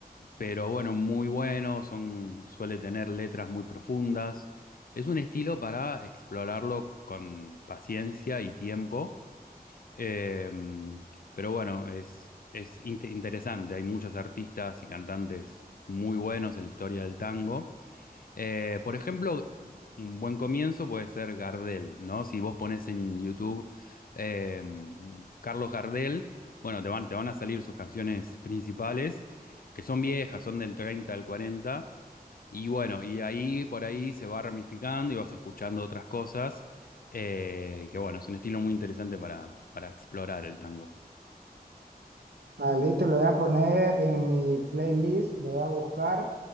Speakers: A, on the left (about 65°); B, on the right (about 85°).
A: pero bueno, muy bueno, son, suele tener letras muy profundas. Es un estilo para explorarlo con paciencia y tiempo, eh, pero bueno, es, es inte- interesante. Hay muchos artistas y cantantes muy buenos en la historia del tango. Eh, por ejemplo, un buen comienzo puede ser Gardel, ¿no? Si vos pones en YouTube eh, Carlos Gardel, bueno, te van, te van a salir sus canciones principales, que son viejas, son del 30, al 40, y bueno, y ahí por ahí se va ramificando y vas escuchando otras cosas, eh, que bueno, es un estilo muy interesante para, para explorar el tango.
B: Ah, listo, lo voy a poner en mi playlist, lo voy a buscar,